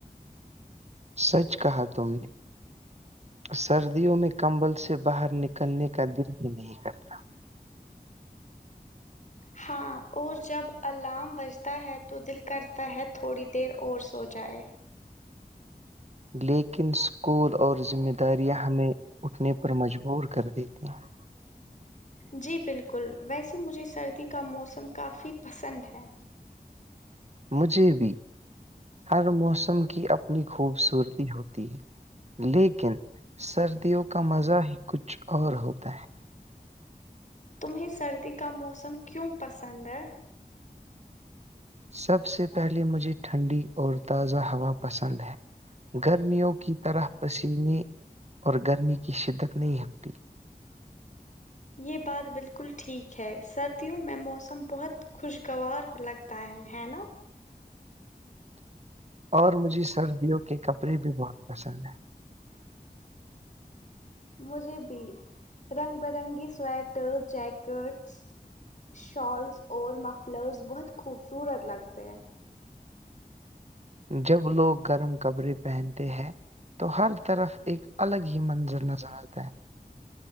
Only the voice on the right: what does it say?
سچ کہا تم نے سردیوں میں کمبل سے باہر نکلنے کا دل بھی نہیں کرتا
لیکن اسکول اور ذمہ داریاں ہمیں اٹھنے پر مجبور کر دیتی ہیں <inaudible>
مجھے بھی ہر موسم کی اپنی خوبصورتی ہوتی لیکن سردیوں کا مزہ ہی کچھ اور ہوتا ہے
سب سے پہلے مجھے ٹھنڈی اور تازہ ہوا پسند ہے گرمیوں کی طرح پسینے اور گرمی کی شدت نہیں ہٹتی
<unintelligible> اور مجھے سردیوں کے کپڑے بھی بہت پسند ہیں
جب لوگ گرم کپرے پہنتے ہیں تو ہر طرف ایک الگ ہی منظر نظر آتا ہے